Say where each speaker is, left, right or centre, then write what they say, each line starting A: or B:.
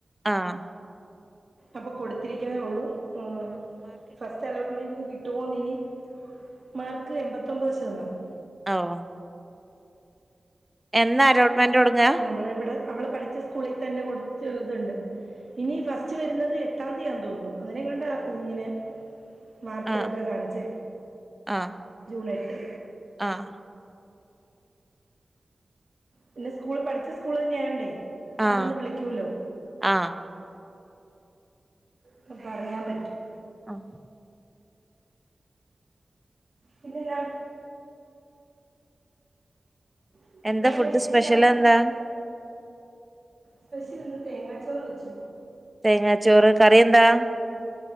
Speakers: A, in the centre; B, on the right.
A: ആഹ്
B: അപ്പോ കൊടുത്തിരിക്ക്ന്നേ ഒള്ളു ആഹ് ഫസ്റ്റ് അലോ ട്ട്മെന്റിന് കിട്ടുമോന്നിനി മാർക്ക് എൺപത്തൊമ്പത് ശതമാനം
A: ആഓഹ് എന്നാ അലോട്ട്മെന്റൊട്ക്കാ
B: നമ്മളിവിടെ അവള് പഠിച്ച സ്കൂളി തന്നെ കൊടുത്തിത്ണ്ട് ഇനി ഫസ്റ്റ് വെരുന്നത് എട്ടാംതീയാന്തോന്നു അങ്ങനെങ്ങാണ്ടാ ഇങ്ങനെ വാർത്തേലൊക്കെ
A: ആഹ്
B: കാണിച്ചേ
A: ആഹ്
B: ജൂണെട്ട്
A: ആഹ്
B: പിന്നെ സ്കൂൾ പഠിച്ച സ്കൂള് തന്നെയായോണ്ടേ അവിടന്ന്
A: ആഹ്
B: വിളിക്കൂല്ലോ
A: ആഹ്
B: പ്പപറഞ്ഞാ പറ്റും
A: ആഹ്
B: പിന്നെന്നാ <unintelligible>
A: എന്താ ഫുഡ്
B: വിശേഷം
A: സ്പെഷ്യൽ എന്താ
B: സ്പെഷ്യല്ന്ന് തേങ്ങാച്ചോറ് വെച്ചു
A: തേങ്ങാച്ചോറ് കറിയെന്താ